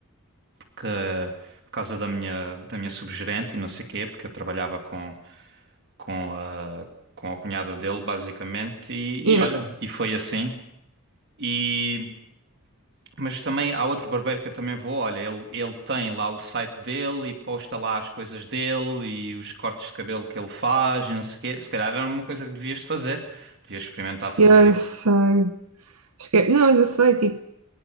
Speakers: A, on the right; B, on the right.
A: que por causa da minha, da minha subgerente e não sei quê, porque eu trabalhava com, com a, com a cunhada dele, basicamente, e,
B: Yeah.
A: e olha, e foi assim. E, mas também há outro barbeiro que eu também vou, olha, ele, ele tem lá o site dele e posta lá as coisas dele e os cortes de cabelo que ele faz e não sei o quê. Se calhar era uma coisa que devias de fazer, devias experimentar fazer
B: Yeah,
A: isso.
B: eu sei. Esque... Não, mas eu sei, tipo,